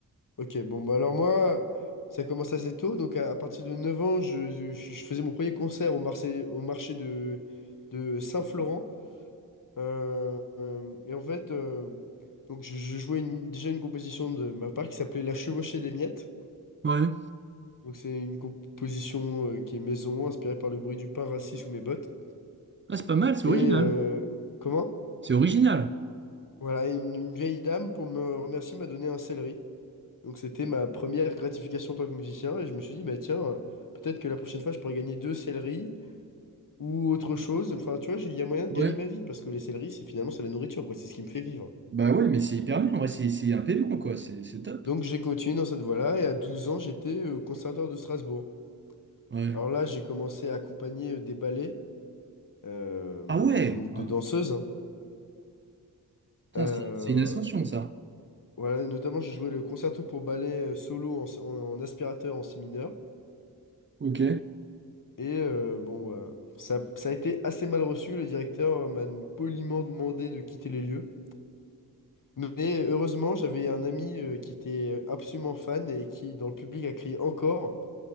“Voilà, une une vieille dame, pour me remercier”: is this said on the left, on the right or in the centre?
Left